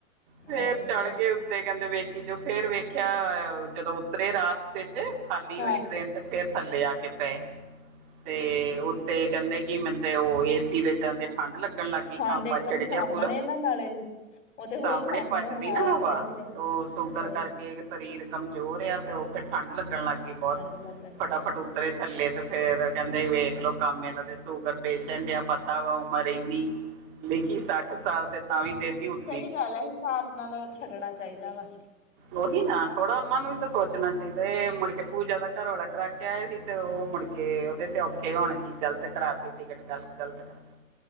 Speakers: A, on the right (about 20°); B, on the left (about 60°).
A: ਫੇਰ
B: ਉਹੀ
A: ਚੜ
B: ਤੇ
A: ਗਏ। ਤੇ ਕਹਿੰਦੇ ਵੇਖੀ ਜਾਓ ਫੇਰ ਵੇਖਿਆ ਜਦੋਂ ਉਤਰੇ ਰਾਸਤੇ ਚ ਖਾਲੀ ਹੋਈ
B: ਹਾਂ
A: ਟ੍ਰੇਨ ਤੇ ਫੇਰ ਥੱਲੇ ਆ ਕੇ ਪਏ ਤੇ ਉ ਤੇ ਕਹਿੰਦੇ ਕਿ ਮੈਨੂੰ ਤੇ ਉਹ ਏਸੀ ਦੇ ਚਲਦੇ ਠੰਢ ਲੱਗਣ ਲੱਗ ਗਈ।
B: ਠੰਡ
A: ਕਾਂਬਾਂ
B: ਇੱਕਦਮ
A: ਛਿੜ ਗਿਆ
B: ਸਾਹਮਣੇ
A: ਪੂਰਾ।
B: ਨਾ ਨਾਲੇ। ਉਹ ਤੇ ਹੋਰ
A: ਸਾਹਮਣੇ ਭੱਜਦੀ
B: ਹਾਂ
A: ਨਾ ਹਵਾ
B: ਵਹੀ ਤੇ
A: ਉਹ ਸ਼ੁਗਰ
B: ਤੇ
A: ਕਰਕੇ। ਸਰੀਰ ਕਮਜ਼ੋਰ ਆ ਤੇ ਉਹ ਫਿਰ ਠੰਢ ਲੱਗਣ ਲੱਗ ਗਈ ਬਹੁਤ
B: ਠੰਡ ਲੱਗਣ ਲੱਗ
A: ਫਟਾਫਟ
B: ਜਾਂਦੀ।
A: ਉੱਤਰੇ। ਥੱਲੇ ਤੇ ਫੇਰ ਕਹਿੰਦੇ ਵੇਖਲੋ ਕੰਮ ਇਨਾਦੇ ਸ਼ੂਗਰ ਪੇਸ਼ੈਂਟ ਆ ਪਤਾ ਵੀ ਆ ਉਮਰ ਇੰਨੀ। ਲਿਖੀ ਸੱਠ ਸਾਲ। ਤੇ ਤਾਵੀ ਤੇਤੀ ਉਤ।
B: ਸਈ ਗੱਲ ਹੈ ਹਿਸਾਬ ਨਾਲ ਛੱਡਣਾ ਚਾਹੀਦਾ ਵਾ।
A: ਓਈ ਨਾ ਥੋੜ੍ਹਾ ਉਹਨਾਂ ਨੂੰ ਵੀ ਤਾਂ ਸੋਚਣਾ ਚਾਹੀਦਾ ਐ ਮੁੜ ਕੇ ਪੂਜਾ ਦਾ ਘਰਵਾਲਾ ਕਰੇ ਐਕ ਕੇਹ ਦਿੱਤਾ ਔ ਮੁੜ ਕੇ, ਓਦੇ ਤੇ ਔਖੇ ਹੋਣ ਕੀ ਗ਼ਲਤ ਕਰਾਤੀ? ਟਿਕਟ ਗਲ ਗਲਤ ਕਰਾ